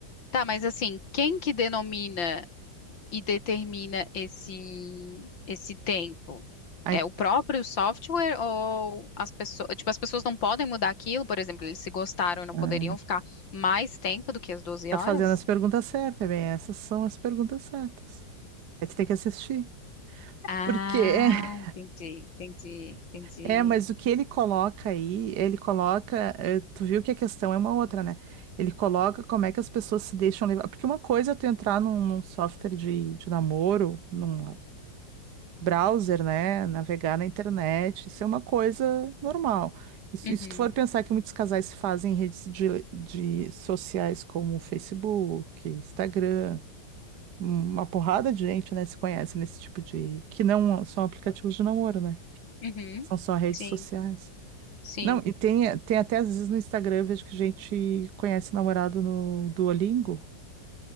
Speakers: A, on the left; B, on the right.
A: Tá, mas assim, quem que denomina. e determina esse esse tempo?
B: Aí
A: É o próprio software ou as pessoas, tipo, as pessoas não podem mudar aquilo, por exemplo, eles se gostaram e não
B: ah,
A: poderiam ficar mais tempo do que as doze
B: tá
A: horas?
B: fazendo as perguntas certas, bem, essas são as perguntas certas. Aí tu tem que assistir.
A: Ah,
B: porque <laughs>
A: entendi, entendi, entendi.
B: É, mas o que ele coloca aí, ele coloca, eh, tu viu que a questão é uma outra, né? Ele coloca como é que as pessoas se deixam levar. Porque uma coisa é tu entrar num, num software de, de namoro, num browser, né? Navegar na internet, isso é uma coisa normal. E se
A: Uhum,
B: e se tu for pensar que muitos casais se fazem em redes de, de sociais como Facebook, Instagram, um, uma porrada de gente, né, se conhece nesse tipo de... que não são aplicativos de namoro, né?
A: uhum.
B: São só redes
A: Sim,
B: sociais.
A: sim.
B: Não, e tem, tem até às vezes no Instagram, eu vejo que a gente conhece namorado no Duolingo.